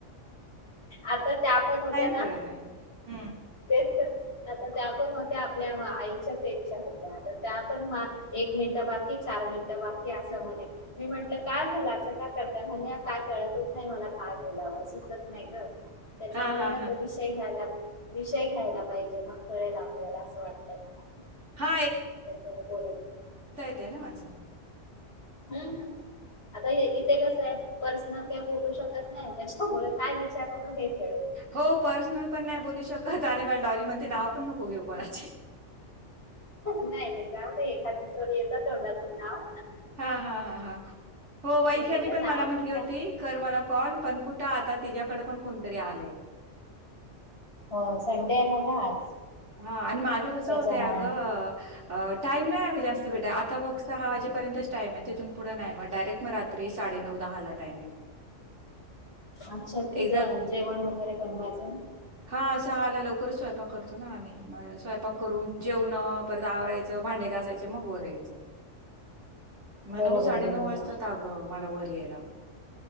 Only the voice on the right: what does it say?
पुरत नाही हम्म.
हा हा
हा
हा
ते ना माणस
हो पर्सनल पण नाही बोलू शकत अरे मला डॉरी म्हणते नाव पण नको घेऊ कोणाचे!
हा, हा, हा, हा, हो वैशाली
पण
मला म्हटली होती
कर मला कॉल, पण कुठं आता तिझ्याकडे पण कोणतरी आलंय.
हा आणि माझं कसं
होतंय अगं टाईम नाही आहे कां जास्त भेटत आता बघ सहा वाजेपर्यंतच टाइम आहे. तिथून पुढं नाही, मग डायरेक्ट रात्री साडे नऊ दहाला टाईम आहे मग.
एकदा
हा सहाला लवकरच स्वयंपाक करत ना आम्ही मग स्वयपाक करून जेवणं परत आवराय- च भांडे घासायचे मग वर यायचं. मग
नऊ साडेनऊ
वाजता आगं मला वर यायला.